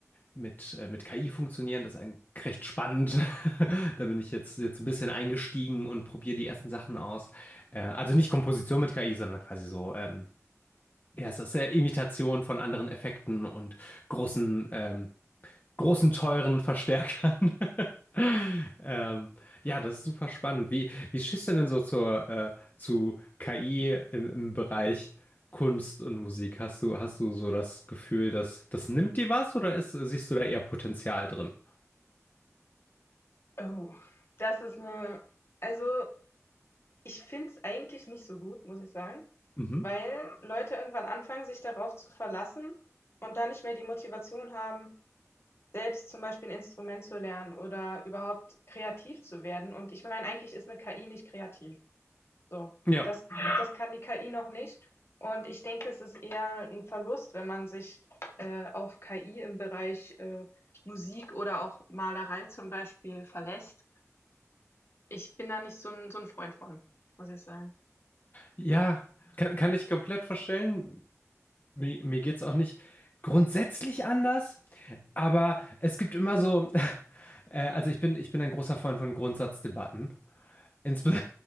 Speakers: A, on the left; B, on the left.
A: mit, äh, mit KI funktionieren. Das ist ein, recht spannend. <laughs> Da bin ich jetzt, jetzt ein bisschen eingestiegen und probiere die ersten Sachen aus. Äh, also nicht Komposition mit KI, sondern quasi so, ähm, ja, es ist ja Imitation von anderen Effekten und großen ähm, großen, teuren Verstärkern. <laughs> ähm, ja, das ist super spannend. Wie, wie stehst du denn so zur, äh, zu KI im, im Bereich Kunst und Musik? Hast du, hast du so das Gefühl, dass das nimmt dir was oder ist, siehst du da eher Potenzial drin?
B: Oh, das ist eine. also, ich finde es eigentlich nicht so gut, muss ich sagen,
A: Mhm.
B: weil Leute irgendwann anfangen, sich darauf zu verlassen und dann nicht mehr die Motivation haben, selbst zum Beispiel ein Instrument zu lernen oder überhaupt kreativ zu werden. Und ich meine, eigentlich ist 'ne KI nicht kreativ. So,
A: Ja.
B: das, das kann die KI noch nicht. Und ich denke, es ist eher ein Verlust, wenn man sich äh, auf KI im Bereich äh, Musik oder auch Malerei zum Beispiel verlässt. Ich bin da nicht so ein, so ein Freund von, muss ich sagen.
A: Ja, kann, kann ich komplett verstellen. Mir, mir geht's auch nicht grundsätzlich anders, aber es gibt immer so, <laughs> äh, also ich bin, ich bin ein großer Freund von Grundsatzdebatten. Insbe